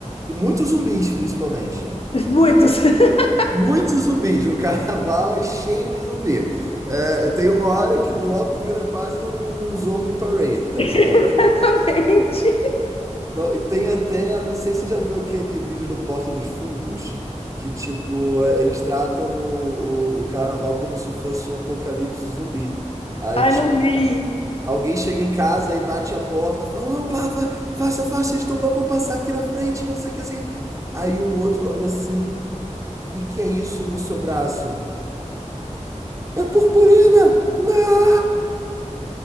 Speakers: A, on the right (about 25°); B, on the left (about 50°).
A: Tem muitos zumbis, principalmente.
B: Muitos. <laughs>
A: Muitos zumbis. O <laughs> carnaval é cheio de zumbi. É, tem uma hora que o bloco vira quase um zombie parade, tá
B: Exatamente.
A: ligado? Não, e tem até, não sei se você já viu aquele vídeo do Porta dos Fundos, que tipo, é, eles tratam o, o, o carnaval como se fosse um apocalipse zumbi. Aí,
B: Ai,
A: tipo,
B: não vi.
A: alguém chega em casa e bate a porta, fala, não, pá, fa- faça, faça, eles estão para passar aqui na frente, não sei o que, não sei o que. Aí um outro olha assim, e que é isso no seu braço? É purpurina! Não!